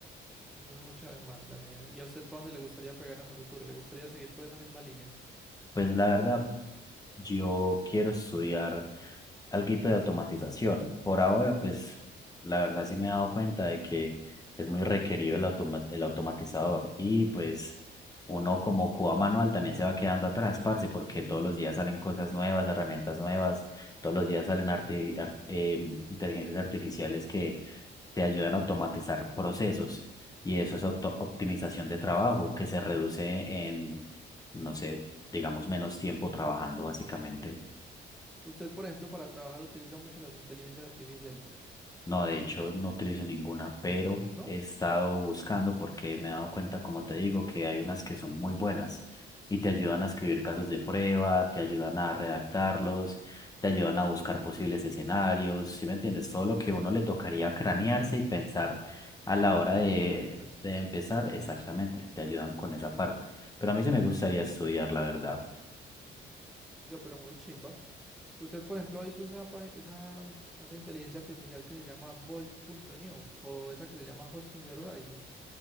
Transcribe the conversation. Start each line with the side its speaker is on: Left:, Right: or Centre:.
Centre: Eso es mucha demanda, Nea. ¿Y a usted para dónde le gustaría pegar en el futuro? ¿Le gustaría seguir por esa misma línea?
Left: Pues la verdad, yo quiero estudiar alguito de automatización. Por ahora, pues la verdad sí me he dado cuenta de que es muy requerido el, automa- el automatizador y pues... Uno como cuba manual también se va quedando atrás, parce, porque todos los días salen cosas nuevas, herramientas nuevas, todos los días salen arti- ar- eh, inteligencias artificiales que, te ayudan a automatizar procesos
Centre: Mm.
Left: y eso es auto- optimización de trabajo que se reduce en, no sé, digamos, menos tiempo trabajando básicamente.
Centre: Usted, por ejemplo, para trabajar utiliza mucho las inteligencias artificiales,
Left: No, de hecho no utilizo ninguna, pero
Centre: ¿no?
Left: he estado buscando porque me he dado cuenta, como te digo, que hay unas que son muy buenas y te ayudan a escribir casos de prueba, te ayudan a redactarlos, te ayudan a buscar posibles escenarios, ¿sí me entiendes? Todo lo que a uno le tocaría cranearse y pensar a la hora
Centre: Lo
Left: de,
Centre: hacen solitas.
Left: de empezar, exactamente, te ayudan con esa parte. Pero a mí sí me gustaría estudiar, la verdad.
Centre: Oiga, pero muy chimba. ¿Usted, por ejemplo, ha visto esa, pa- esa, esa inteligencia artificial que se llama Bolt. Bolt.neo o esa que se llama Hostinger Horizons?